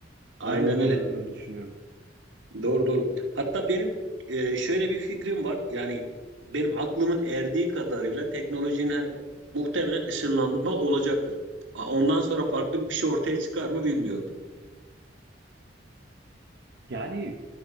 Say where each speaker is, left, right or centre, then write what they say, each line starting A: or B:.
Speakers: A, on the right; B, on the right.
A: Aynen
B: Ben de bu konuda
A: öyle.
B: öyle düşünüyorum.
A: Doğru doğru. Hatta benim e, şöyle bir fikrim var. Yani benim aklımın erdiği kadarıyla teknolojinin hani muhtemelen ışınlanma olacaktır. A- Ondan sonra farklı bir şey ortaya çıkar mı bilmiyorum.
B: Yani